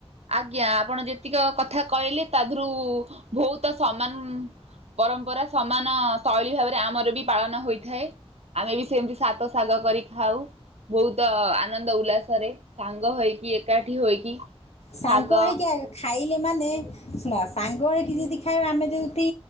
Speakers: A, on the right; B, on the left.
A: ଆଜ୍ଞା ଆପଣ ଯେତିକ କଥା କହିଲେ ତା ଦେହରୁ ବହୁତ ସମାନ୍ ପରମ୍ପରା ସମାନ ଶୈଳୀ ଭାବରେ ଆମର ବି ପାଳନ ହୋଇଥାଏ। ଆମେ ବି ସେମିତି ସାତ ଶାଗ କରିକି ଖାଉ। ବହୁତ ଆନନ୍ଦ ଉଲ୍ଲାସରେ ସାଙ୍ଗ ହୋଇକି ଏକାଠି ହୋଇକି
B: ସାଙ୍ଗ
A: ଶାଗ
B: ହେଇକି ଆଗେ ଖାଇଲେ ମାନେ ଶୁଣ ସାଙ୍ଗ ହେଇକି ଯଦି ଖାଇବା ଆମେ ଯେଉଠି